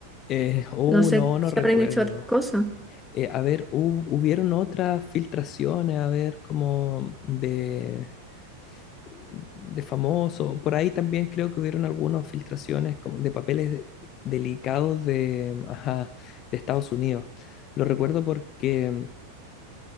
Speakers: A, on the left; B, in the centre.
A: Eh, uh,
B: No sé
A: no, no
B: si
A: recuerdo.
B: habrán hecho otra cosa.
A: Eh, a ver, hub- hubieron otras filtraciones, a ver, como de, de famoso. Por ahí también creo que hubieron algunas filtraciones como de papeles de- delicados de, ajá, de Estados Unidos. Lo recuerdo porque